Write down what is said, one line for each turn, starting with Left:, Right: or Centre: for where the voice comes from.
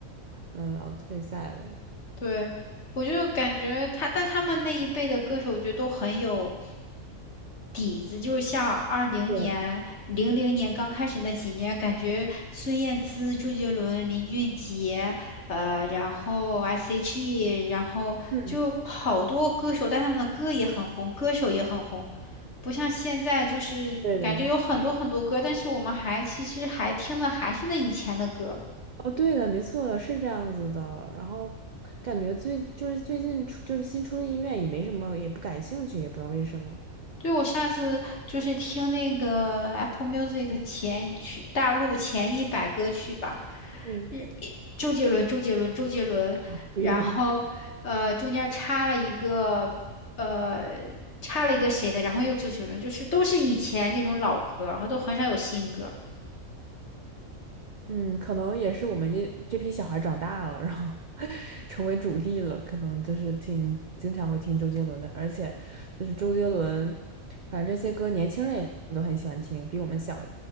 Right: 嗯，然后退赛了。
Left: 对，我就感觉他，但他们那一辈的歌手，我觉得都很有底子。就是像二零年、
Right: 对，
Left: 零零年刚开始那几年，感觉孙燕姿、周杰伦、林俊杰，呃，然后 S.H.E，然后就好多歌手，
Right: 嗯，
Left: 但他们的歌也很红，歌手也很红，不像现在就是感觉有很多很多歌，
Right: 对的。
Left: 但是我们还其实还听的还是那以前的歌。
Right: 哦，对的，没错，是这样子的。然后感觉最就是最近出就是新出的音乐也没什么，也不感兴趣，也不知道为什么。
Left: 对，我上次就是听那个 Apple Music 前曲大陆前一百歌曲吧，
Right: 嗯，
Left: 日一周杰伦，周杰伦，周杰伦，
Right: <laughs>
Left: 然后呃中间插了一个呃插了一个谁的，然后又周杰伦，就是都是以前那种老歌，然后都很少有新歌。
Right: 嗯，可能也是我们这这批小孩长大了，然后 <laughs> 成为主力了，可能就是挺经常会听周杰伦的，而且就是周杰伦，反正这些歌年轻人也都很喜欢听，比我们小